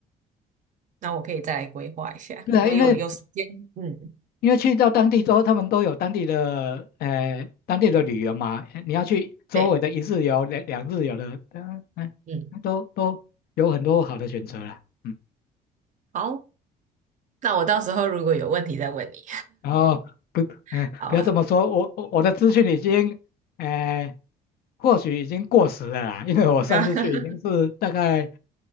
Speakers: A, on the right (about 50°); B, on the left (about 65°).
A: 那我可以再来规划一下。
B: 对啊，
A: 我有有时间，
B: 因为
A: 嗯，
B: 因为去到当地之后，他们都有当地的呃当地的旅游嘛，呃你要去周围的一日游、
A: 对，
B: 两两日游的，嗯、嗯，
A: 嗯，
B: 都都有很多好的选择啦。嗯，
A: 好，那我到时候如果有问题再问你，
B: 然后不，
A: <laughs>
B: 嗯、
A: 好吧？
B: 不要这么说，我我我的资讯已经，呃，或许已经过时了啦，因为我上次去已经是大概，
A: 啊。<laughs>